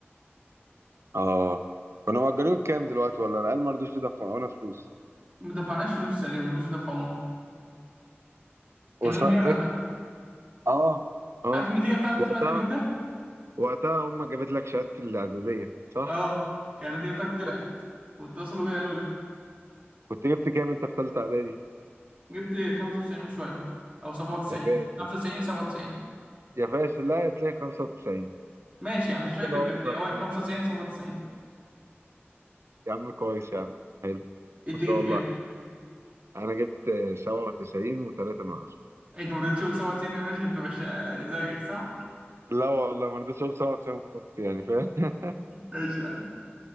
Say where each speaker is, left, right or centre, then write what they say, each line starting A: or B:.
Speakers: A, on the right; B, on the right.
A: اه كنا مأجرين بكام دلوقتي ولا العيال ما رضوش يدفعونا فلوس
B: ما دفعناش فلوس تقريبا ما رضوش يدفعونا كان
A: وص...
B: يوم والله
A: فاكر
B: جامد على فكره
A: اه اه
B: عارف النتيجه بتاعتي
A: وقتها
B: طلعت اليوم ده
A: وقتها امك جابت لك شهادة الإعدادية صح؟
B: اه كان النتيجه بتاعتي
A: آه.
B: طلعت واتصلوا بيا قالوا لي
A: كنت جبت كام انت في ثالثة إعدادي؟
B: جبت 95 وشويه او 97
A: يا فاشل
B: 95 97
A: يا فاشل لا يا تلاقي 95
B: ماشي يعني مش فاكر
A: حلو عمرك
B: بجد هو
A: فاشل
B: 95 97
A: يا عم كويس يا عم حلو
B: انت
A: ما شاء
B: جبت
A: الله
B: كام
A: انا جبت آه، 97 و3 من 10
B: انت ما رضيتش تقول 97 انا عشان انت مش زيك صح
A: لا والله ما رضيتش اقول 97 ونص يعني فاهم
B: ماشي يا عم